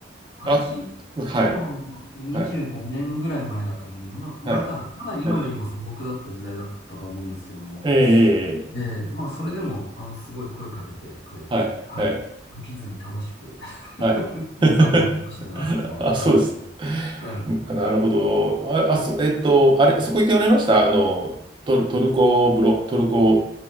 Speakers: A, on the left; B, on the right.
A: 私行ったの25年ぐらい前だったんで、
B: あ、はい、はい、
A: まあ、
B: はい。
A: まだ、まだ今よりも素朴だった時代だったと思うんですけども、
B: はいええ、ええ、ええ
A: で、まあ、それでも、あの、すごい声かけてくれて、
B: はい、
A: はい。
B: はい、
A: 飽きずに楽しく <laughs>
B: はい。<laughs>
A: 散歩できましたね、あそこは。
B: あ、
A: はい。
B: そうです。
A: はい。
B: うんなるほど。あ、あそ、えっと、あれ、あそこ行っておられましたあの、トル、トルコ風呂、トルコ、